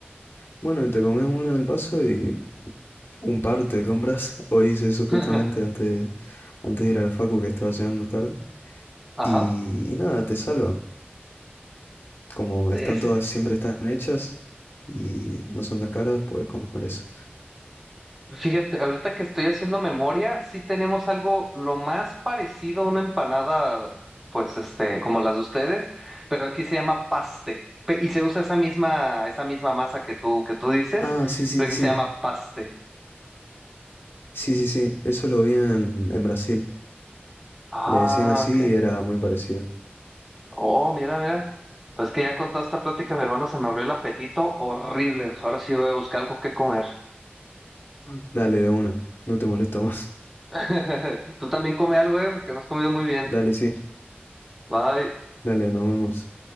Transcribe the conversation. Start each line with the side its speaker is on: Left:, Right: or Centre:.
Left: Bueno, y te comes una al paso y un par te compras. <laughs> Hoy hice eso justamente
Centre: <laughs>
Left: antes antes de ir a la facu que estaba llegando tarde.
Centre: Ajá.
Left: Y, y nada, te salva. Como
Centre: Es-
Left: están todas, siempre están hechas y no son tan caras, puedes comer eso.
Centre: Fíjate, ahorita que estoy haciendo memoria, sí tenemos algo lo más parecido a una empanada, pues este, como las de ustedes, pero aquí se llama paste. Pe- Y se usa esa misma, esa misma masa que tú, que tú dices,
Left: Ah, sí, sí,
Centre: pero
Left: sí.
Centre: aquí se llama paste.
Left: Sí, sí, sí. Eso lo vi en, en Brasil.
Centre: Ah,
Left: Le decían así
Centre: ok.
Left: y era muy parecido.
Centre: Oh, mira, mira. Pues que ya con toda esta plática, mi hermano, se me abrió el apetito horrible. Ahora sí voy a buscar algo que comer.
Left: Ah. Dale, de una. No te molesto más.
Centre: <laughs> Tú también come algo, eh, porque no has comido muy bien.
Left: <laughs> Dale, sí.
Centre: Bye.
Left: Dale, nos vemos.